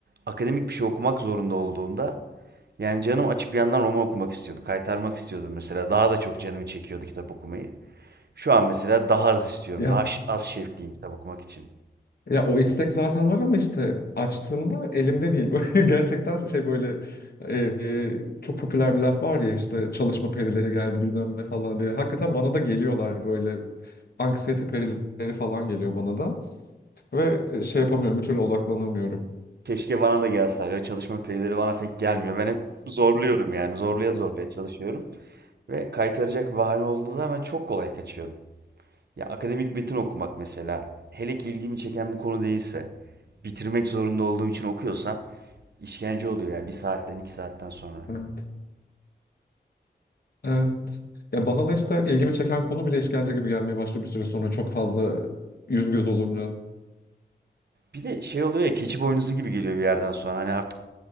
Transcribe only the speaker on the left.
Ya
Ya o istek zaten var ama işte açtığımda elimde değil. <laughs> Böyle gerçekten şey böyle e, e, çok popüler bir laf var ya işte çalışma perileri geldi bilmem ne falan diye. Hakikaten bana da geliyorlar böyle anksiyete perileri falan geliyor bana da ve e, şey yapamıyorum bir türlü odaklanamıyorum.
Evet. Evet. Ya bana da işte ilgimi çeken konu bile işkence gibi gelmeye başlıyor bir süre sonra çok fazla yüz göz olunca.